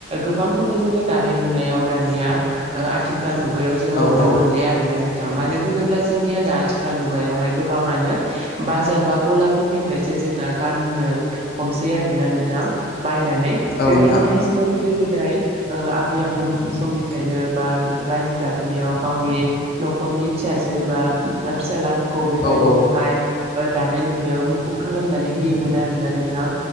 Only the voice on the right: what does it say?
गोबांखौनो जोङो दानाय लुनायाव दानिया ओ आ आथिखाल मुगायाव जोङो
नुनो
मोनलिया आरो नों थां मानो होनोब्ला जोंनियादा आथिखाल मुगायावहाय गोबाङानो बाजार, बा गलाफोरनिफ्रायसो जोंना गाननो हमसै आरोना नोंथां बायनानै
बेबायदिनोहाय
जोङो गोदो गोदाय आबै - आबौमोननि समनिफ्रायनो बा रायजो जाबोनायाव गावनि न'खर नखरनि फिसाजो बा फिसााजलाफोरखौ बेबायदिनोहाय
ओ दानाय - लुनायावहाय मुखुब खालामनानै होयोमोन आरो ना नोंथां